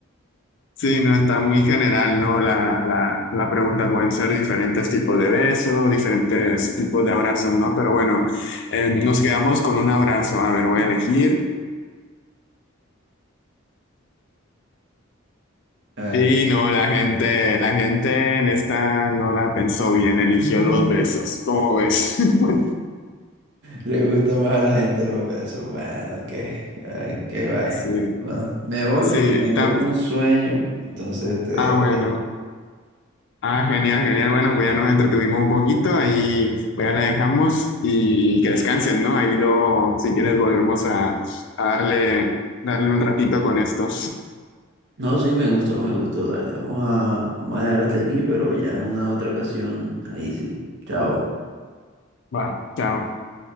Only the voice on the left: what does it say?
sí, no, está muy general, ¿no? La, la, la pregunta pueden ser diferentes tipos de besos, diferentes tipos de abrazos, ¿no? Pero bueno, eh, nos quedamos con un abrazo. A ver, voy a elegir.
Y
no, la gente, la gente en esta no la pensó bien, eligió
los besos. ¿Cómo ves? <laughs>
Sí,
sí,
tam-
ah, bueno.
Ah, genial, genial. Bueno, pues ya nos entretuvimos un poquito, ahí pues ya la dejamos y que descansen, ¿no? Ahí luego, si quieres, volvemos a, a darle, darle un ratito con esto.
<laughs> Va, chao.